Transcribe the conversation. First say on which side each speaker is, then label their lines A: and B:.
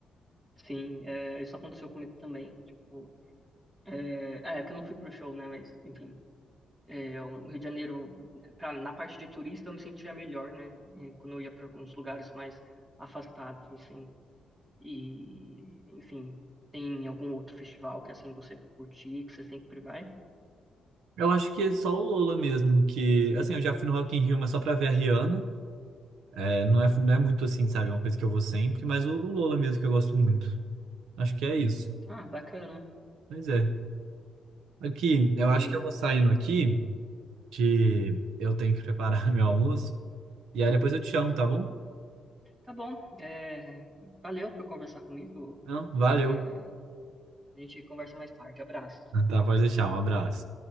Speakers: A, on the right (about 20°); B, on the right (about 85°).
A: Sim, é, isso aconteceu comigo também. Tipo, é, é que eu não fui pro show, né? Mas, enfim, é, o Rio de Janeiro, pra, na parte de turista, eu me sentia melhor, né? é, Quando eu ia para uns lugares mais afastados, assim. E, enfim, tem algum outro festival que, assim, você curtir, que você sempre vai?
B: Eu acho que é só o Lola mesmo, que, assim, eu já fui no Rock in Rio, mas só pra ver a Rihanna. É, não é, não é muito assim, sabe? É uma coisa que eu vou sempre, mas o, o Lola mesmo que eu gosto muito. Acho que é isso.
A: Ah, bacana.
B: Pois é. Aqui, eu
A: E
B: acho que eu vou saindo aqui, que eu tenho que preparar <laughs> meu almoço. E aí depois eu te chamo, tá bom?
A: tá bom. é, valeu por conversar comigo.
B: Não, valeu.
A: É, a gente conversa mais tarde. Abraço.
B: Tá, pode deixar. Um abraço.